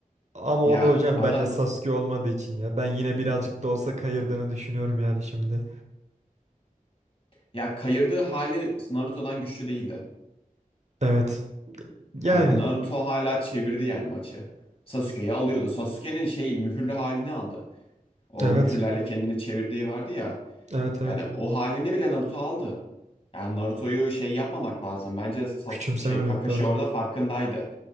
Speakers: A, on the right; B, on the left.
A: Ama
B: Ya
A: o da hocam
B: adam
A: bence Sasuke olmadığı için ya. Ben yine birazcık da olsa kayırdığını düşünüyorum yani şimdi.
B: ya kayırdığı hali Naruto'dan güçlü değildi.
A: Evet. Yani
B: Yani Naruto hala çevirdi yani maçı. Sasuke'yi alıyordu. Sasuke'nin şey mühürlü halini aldı. O
A: evet.
B: mühürlerle kendini çevirdiği vardı ya.
A: Evet evet.
B: Yani o halini bile Naruto aldı. Yani Naruto'yu şey yapmamak lazım. Bence Sas-
A: Küçümsememek
B: şey Kakashi
A: lazım.
B: orada farkındaydı.